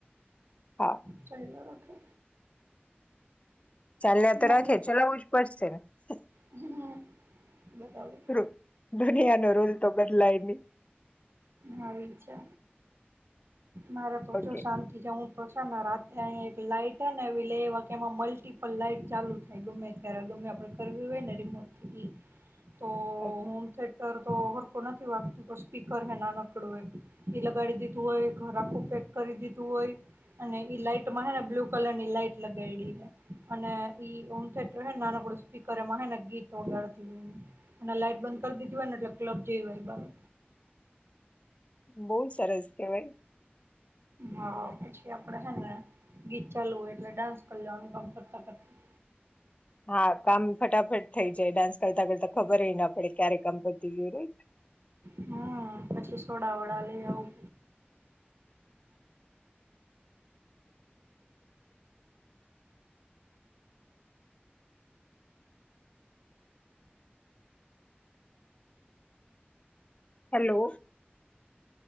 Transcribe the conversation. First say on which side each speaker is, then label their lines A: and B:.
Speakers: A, on the left; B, on the right.
A: હા
B: ચ રાખે
A: ચાલ તો
B: મારે
A: રાખે ચાલ ચલાવવું જ પડશેને હ
B: હમ બરાબર
A: રૂ- દુનિયાનો રૂલ તો બલાય ન
B: હા વિ છે મારે તો
A: ઓકે
B: જો શાંતિ જાઉું તો છે ને રાતે એક લાઈટ ને એ લ એ વા એમાં મલ્ટીપલ લાઈટ ચાલુ થાય ગમે ત્યારે ગમે આપડે કરવી હોયને રિમોટથી તો
A: ઓ
B: તોર નથી વાગતું સ્પીકર હે ના નકડું હોય એ લગાડી દીધું હોય ઘર આખું પેક કરી દીધું હોય અને ઈ લાઈટમાં હેને બ્લુ કલર ની લાઈટ લગાવ અને ઈ ઓમ થયેટર નાનકડું સ્પીકરમાંને ગીત ઓગાડતી હોય અને લાઈટ બંધ કરી દીધી હોયને એટલે ક્લબ જેવી વાઈબ આવે
A: બહુ સરસ કેવાય
B: હા પછી આપડે હેને ગીત ચાલવ એટલે ડાન્સ કરનું કામ કરતા કરતા
A: હા કામ ફટાફટ થઈ જાય ડાન્સ કરતા કરતા ખબર ના પડે ક્યારે કંપતિ ગ્યુરોય
B: હમ પછી સોડા વડા લઈ આવવું
A: હલો